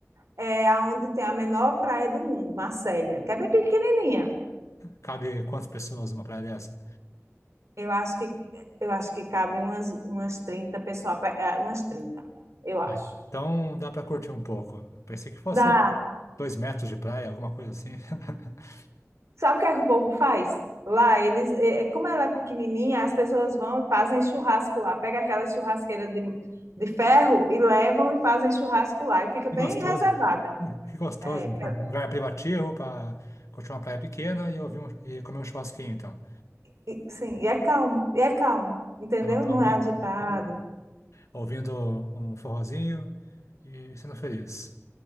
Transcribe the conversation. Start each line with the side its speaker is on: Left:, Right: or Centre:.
Right: é aonde tem a menor praia do mundo, Marcélia, que é bem pequenininha.
Left: Cabe quantas pessoas numa praia dessa?
Right: Eu acho que eu acho que cabe umas umas 30 pessoas, a pé, é, umas 30, eu acho.
Left: Ah, Então dá para curtir um pouco. Eu pensei que fosse
Right: Dá,
Left: dois metros de praia, alguma coisa assim. <laughs>
Right: Sabe o que é que o povo faz? Lá, eles, é, é- como ela é pequenininha, as pessoas vão e fazem churrasco lá. Pega aquela churrasqueira de, de ferro e levam e fazem churrasco lá. E fica
Left: Que
Right: bem
Left: gostoso.
Right: reservada.
Left: Que gostoso.
Right: É, que
Left: Um Lugar privativo para curtir uma praia pequena e, ouvir um, e comer um churrasquinho, então.
Right: e- sim, e é calmo, e é calmo, entendeu?
Left: Tava calminho,
Right: Não é agitado.
Left: ouvindo um forrozinho e sendo feliz.